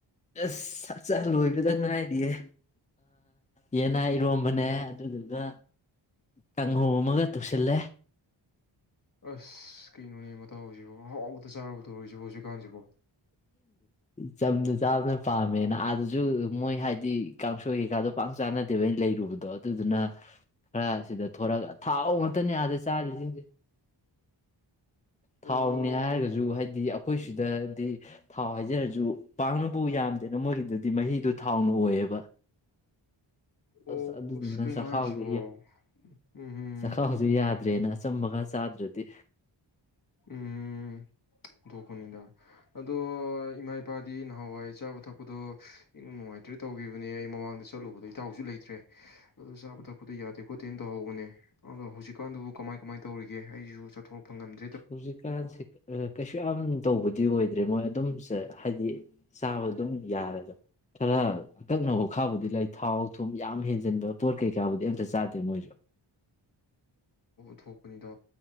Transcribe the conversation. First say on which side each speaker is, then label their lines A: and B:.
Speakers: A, on the left; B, on the left.
A: ꯑꯁ ꯍꯛꯆꯥ ꯂꯣꯏꯕꯗ ꯉꯥꯏꯔꯤꯌꯦ ꯌꯦꯟꯅꯥ ꯏꯔꯣꯝꯕꯅꯦ ꯑꯗꯨꯗꯨꯒ ꯀꯥꯡꯍꯧ ꯑꯃꯒ ꯇꯧꯁꯤꯜꯂꯦ
B: ꯑꯁ ꯀꯩꯅꯣꯅꯦ ꯃꯇꯥꯎꯁꯤꯕ ꯑꯍꯥꯎꯕꯗ ꯆꯥꯔꯨꯗꯧꯔꯔꯤꯁꯤꯕꯣ ꯍꯧꯖꯤꯛꯀꯥꯟꯁꯤꯕꯣ
A: ꯆꯝꯅ ꯆꯥꯕꯅ ꯄꯥꯝꯃꯦꯅ ꯑꯥꯗꯁꯨ ꯃꯣꯏ ꯍꯥꯏꯗꯤ ꯀꯥꯡꯁꯣꯏ ꯀꯩꯀꯥꯗꯣ ꯄꯥꯛ ꯆꯥꯅꯗꯦꯕ ꯑꯩꯅ ꯂꯩꯔꯨꯕꯗꯣ ꯑꯗꯨꯗꯨꯅ ꯈꯔ ꯁꯤꯗ ꯊꯣꯔꯛꯒ ꯊꯥꯎ ꯉꯥꯛꯇꯅꯦ ꯑꯥꯗ ꯆꯥꯔꯤꯁꯤꯡꯁꯦ ꯊꯥꯎꯅꯤ
B: ꯑꯣ
A: ꯍꯥꯏꯔꯒꯁꯨ ꯍꯥꯏꯗꯤ ꯑꯩꯈꯣꯏ ꯁꯤꯗꯗꯤ ꯊꯥꯎ ꯍꯥꯏꯖꯔꯁꯨ ꯄꯥꯛꯅꯕꯨ ꯌꯥꯝꯗꯦꯅ ꯃꯣꯏꯒꯤꯗꯨꯗꯤ ꯃꯍꯤꯗꯨꯣ ꯊꯥꯎꯅ ꯑꯣꯏꯌꯦꯕ
B: ꯑꯣ
A: ꯑ ꯑꯗꯨꯗꯨꯅ
B: ꯑꯁ ꯀꯩꯅꯣ
A: ꯆꯈꯥꯎꯁ
B: ꯍꯥꯏꯁꯤꯕꯣ ꯎꯝ
A: ꯆꯈꯥꯎꯁꯨ ꯌꯥꯗ꯭ꯔꯦꯅ ꯑ ꯑꯆꯝꯕꯒ ꯆꯥꯗ꯭ꯔꯗꯤ
B: ꯎꯝ ꯗꯣꯛ ꯀꯅꯤꯗ ꯑꯗꯣ ꯏꯃꯥꯏ ꯏꯄꯥꯗꯤ ꯅꯍꯥꯟꯋꯥꯏ ꯆꯥꯕ ꯊꯛꯄꯗꯣ ꯏꯪ ꯅꯨꯡꯉꯥꯏꯇ꯭ꯔꯦ ꯇꯧꯈꯤꯕꯅꯦ ꯑꯩ ꯃꯃꯥꯡꯗ ꯆꯠꯂꯨꯕꯗ ꯏꯇꯥꯎꯁꯨ ꯂꯩꯇ꯭ꯔꯦ ꯑꯗꯣ ꯆꯥꯕ ꯊꯛꯄꯗꯣ ꯌꯥꯗꯦ ꯈꯣꯠꯇꯦꯅ ꯇꯧꯍꯧꯕꯅꯦ ꯑꯗꯣ ꯍꯧꯖꯤꯛꯀꯥꯟꯗꯨꯕꯨ ꯀꯃꯥꯏ ꯀꯃꯥꯏꯅ ꯇꯧꯔꯤꯒꯦ ꯑꯩꯁꯨ ꯆꯠꯊꯣꯔꯛꯄ ꯉꯝꯗꯦ
A: ꯍꯧꯖꯤꯛꯀꯥꯟꯁꯦ ꯀꯩꯁꯨ ꯌꯥꯝ ꯇꯧꯕꯗꯤ ꯑꯣꯏ ꯭ꯔꯦ ꯃꯣꯏ ꯑꯗꯨꯝ ꯍꯥꯏꯗꯤ ꯆꯥꯕ ꯑꯗꯨꯝ ꯌꯥꯔꯦꯗ ꯈꯔ ꯑꯀꯛꯅꯕꯅꯕ ꯈꯥꯕꯨꯗꯤ ꯂꯩ ꯊꯥꯎ ꯊꯨꯝ ꯌꯥꯝ ꯍꯦꯟꯖꯤꯟꯕ ꯄꯣꯠ ꯀꯩꯀꯥꯕꯨꯗꯤ ꯑꯝꯇ ꯆꯥꯗꯦ ꯃꯣꯏꯁꯨ
B: ꯊꯣꯛ ꯅꯤꯗ